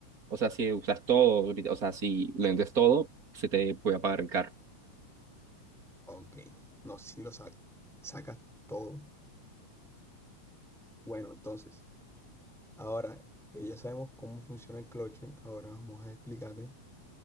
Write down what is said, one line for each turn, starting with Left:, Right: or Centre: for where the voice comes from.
Right: o sea, si usas todo, o sea, si le vendes todo, se te puede apagar el carro.
Centre: Ok. No, sí lo sacas. Sacas todo. Bueno, entonces. Ahora que ya sabemos cómo funciona el cloche, ahora vamos a explicarte